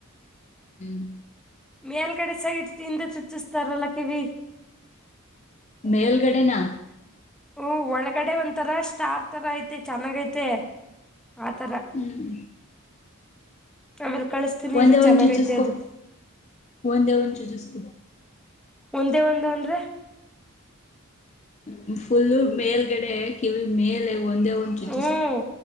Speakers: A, on the left (about 30°); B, in the centre.
A: ಹ್ಮ್
B: ಮೇಲ್ಗಡೆ ಸೈಟ್ ತಿಂದೆ ಚುಚ್ಚಿಸ್ತಾರಲ್ಲ ಕಿವಿ
A: ಮೇಲ್ಗಡೆನಾ
B: ಹು ಒಳಗಡೆ ಒಂತರ ಸ್ಟಾರ್ ತರ ಐತೆ ಚೆನ್ನಾಗೈತೆ. ಆತರ
A: ಹ್ಮ್
B: ಆಮೇಲೆ ಕಳಸ್ತೀನಿ ನೀರು
A: ಒಂದೇ
B: ಚೆನ್ನಾಗೈತೆ
A: ಒಂದ್ ಚುಚ್ಚಿಸ್ಕೊ
B: ಅದು
A: ಒಂದೇ ಒಚು ಜಸ್ಕ
B: ಒಂದೇ ಒಂದು ಅಂದರೆ
A: ಹ್ಮ್ ಫುಲ್ಲ ಮೇಲ್ಗಡೆ ಕಿವಿ ಮೇಲೆ ಒಂದೇ ಒಂದು ಚೂಚಿಸಕ
B: ಹ್ಮ್